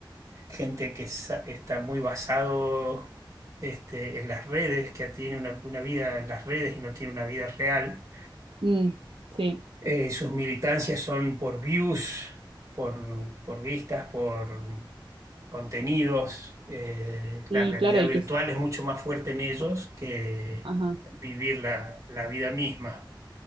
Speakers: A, on the right; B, on the right.
A: gente que sa- está muy basado este, en las redes, que tiene una, una vida en las redes y no tiene una vida real.
B: mm, sí.
A: Eh, sus militancias son por views, por, por vistas, por... contenidos, eh,
B: Y
A: la realidad
B: claro, y
A: virtual
B: que
A: es mucho más fuerte en ellos que
B: ajá.
A: vivir la, la vida misma.